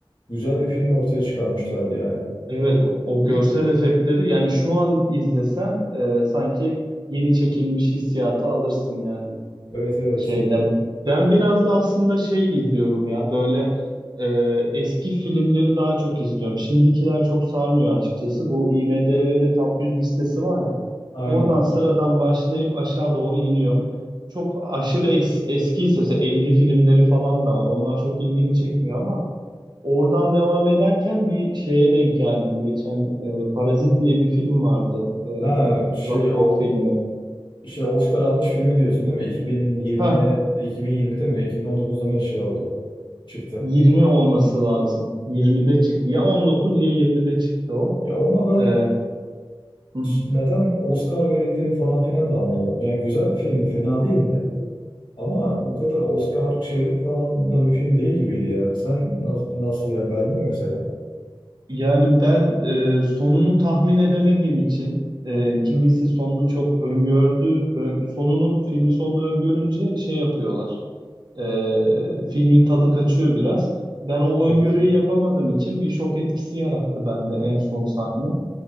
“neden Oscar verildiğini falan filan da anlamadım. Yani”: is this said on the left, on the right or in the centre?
Left